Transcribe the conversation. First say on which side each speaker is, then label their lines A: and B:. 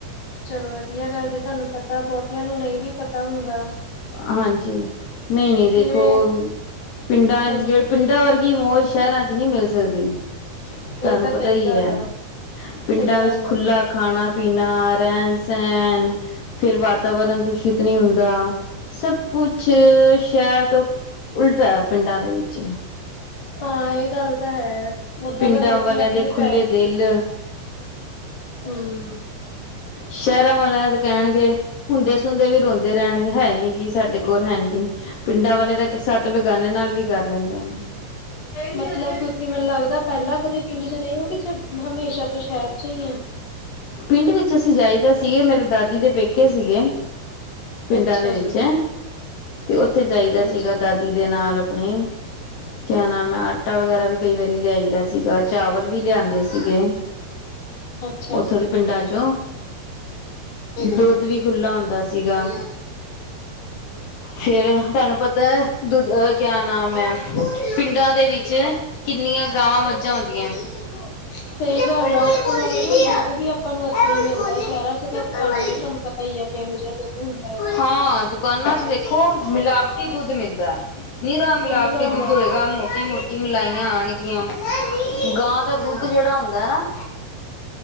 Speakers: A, on the left; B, on the left.
A: ਚਲੋ ਵਧੀਆ ਗੱਲ ਜੇ ਤੁਹਾਨੂੰ ਪਤਾ ਬਹੁਤਿਆਂ ਨੂੰ ਨਹੀਂ ਵੀ ਪਤਾ ਹੁੰਦਾ।
B: ਹਾਂਜੀ ਨਹੀਂ-ਨਹੀਂ
A: ਕਿਵੇਂ
B: ਦੇਖੋ ਪਿੰਡਾਂ
A: ਹਾਂਜੀ
B: ਜਿਹੜੇ ਪਿੰਡਾਂ ਵਰਗ ਗੀ ਮੌਜ ਸ਼ਹਿਰਾਂ 'ਚ ਨਹੀਂ ਮਿਲ ਸਕਦੀ ਤੁਹਾਨੂੰ
A: ਇਹ ਤਾਂ
B: ਪਤਾ
A: ਸਹੀ
B: ਹੀ
A: ਗੱਲ
B: ਹੈ।
A: ਆ ਸਹੀ
B: ਪਿੰਡਾਂ
A: ਗੱਲ
B: ਵਿੱਚ ਖੁੱਲਾ
A: ਆ ਬਿਲਕੁਲ
B: ਖਾਣਾ ਪੀਣਾ ਰਹਿਣ ਸਹਿਣ ਫਿਰ ਵਾਤਾਵਰਨ ਦੂਸ਼ਿਤ ਨਹੀਂ ਹੁੰਦਾ ਸਭ ਕੁਛ ਸ਼ਹਿਰ ਤੋਂ ਉਲਟਾ ਹੈ ਪਿੰਡਾਂ ਦੇ ਵਿੱਚ
A: ਹਾਂ ਇਹ ਗੱਲ ਤਾਂ ਹੈ ਊਦਾਂ
B: ਪਿੰਡਾਂ
A: ਤਾਂ ਲੋਕੀ
B: ਵਾਲਿਆਂ
A: ਆਪਣੇ
B: ਦੇ ਖੁੱਲੇ
A: ਪੈਣ
B: ਦਿਲ
A: ਹੂੰ
B: ਸ਼ਹਿਰਾਂ ਵਾਲਿਆਂ ਤੇ ਕਹਿਣਗੇ ਹੁੰਦੇ ਸੁਦੇ ਵੀ ਰੋਂਦੇ ਰਹਿਣਗੇ ਹੈ ਨੀ ਜੀ ਸਾਡੇ ਕੋਲ ਹੈ ਨਹੀਂ ਪਿੰਡਾਂ ਵਾਲੇ ਤਾਂ ਸੱਤ ਬੇਗਾਨੇ ਨਾਲ ਵੀ ਕਰ ਲੈਂਦੇ ਨੇ।
A: ਮਤਲਬ ਤੁਸੀਂ ਮੈਨੂੰ ਲੱਗਦਾ ਪਹਿਲਾਂ ਕਦੇ ਪਿੰਡ ਚ ਰਹੇ ਹੋ ਕਿ ਹਮੇਸ਼ਾ ਸ਼ਹਿਰ 'ਚ ਹੀ ਆ।
B: ਪਿੰਡ ਵਿੱਚ ਅਸੀਂ ਜਾਈਦਾ ਸੀਗੇ ਮੇਰੇ ਦਾਦੀ ਦੇ ਪੇਕੇ ਸੀਗੇ। ਪਿੰਡਾਂ
A: ਅੱਛਾ
B: ਦੇ ਵਿੱਚ
A: ਜੀ,
B: ਤੇ ਉੱਥੇ ਜਾਈਦਾ
A: ਹਾਂਜੀ
B: ਸੀਗਾ ਦਾਦੀ ਦੇ ਨਾਲ ਆਪਣੀ
A: <inaudible>
B: ਕਿਆ ਨਾਮ ਹੈ ਆਟਾ ਵਗੈਰਾ ਵੀ ਕਈ ਵਾਰੀ ਲਿਆਈ ਦਾ ਸੀਗਾ ਚਾਵਲ ਵੀ ਲਿਆਦੇ ਸੀਗੇ।
A: ਅੱਛਾ
B: ਉੱਥੋਂ
A: ਜੀ।
B: ਦੀ ਪਿੰਡਾਂ 'ਚੋਂ ਦੁੱਧ ਵੀ ਖੁੱਲਾ ਹੁੰਦਾ ਸੀਗਾ।
A: <inaudible>
B: ਫਿਰ ਤੁਹਾਨੂੰ ਪਤੈ ਦੁਧ ਕਿਆ ਨਾਮ ਐ। ਪਿੰਡਾਂ ਦੇ ਵਿੱਚ ਕਿੰਨੀਆਂ ਗਾਵਾਂ- ਮੱਝਾਂ ਹੁੰਦੀਆਂ। ਚੱਪੜ
A: ਸਹੀ ਗੱਲ ਆ,
B: ਵਾਲੀ
A: ਉੱਥੋਂ
B: ਬੋਲ
A: ਨਾਲੇ
B: ਦੀ
A: ਨਾ ਦੁੱਧ
B: ਆ ਇਹ
A: ਵੀ ਆਪ ਤੁਹਾਨੂੰ ਅਸਲੀ
B: ਵਾਲੀ
A: ਮਿਲਦਾ।
B: ਬੋਲ ਨਹੀਂ,
A: ਸ਼ਹਿਰਾਂ 'ਚ ਤਾਂ
B: ਚੱਪੜ
A: ਦੁਕਾਨਾਂ
B: ਵਾਲੀ
A: ਤੋਂ, ਤੁਹਾਨੂੰ ਪਤਾ ਈ ਆ। ਕਿਹੋ ਜਿਹਾ ਦੁੱਧ ਹੁੰਦਾ ਆ।
B: ਹਾਂ! ਦੁਕਾਨਾਂ 'ਚ ਦੇਖੋ ਮਿਲਾਵਟੀ ਦੁੱਧ ਮਿਲਦਾ। ਨਿਰਾ ਮਿਲਾਵਟੀ
A: ਸਹੀ ਗੱਲ
B: ਦੁੱਧ
A: ਆ
B: ਹੋਏਗਾ। ਮੋਟੀ-ਮੋਟੀ ਮਿਲਾਈਆਂ ਆਣਗੀਆਂ। ਗਾਂ ਦਾ ਦੁੱਧ ਜੇਹੜਾ ਹੁੰਦਾ ਏ ਨਾ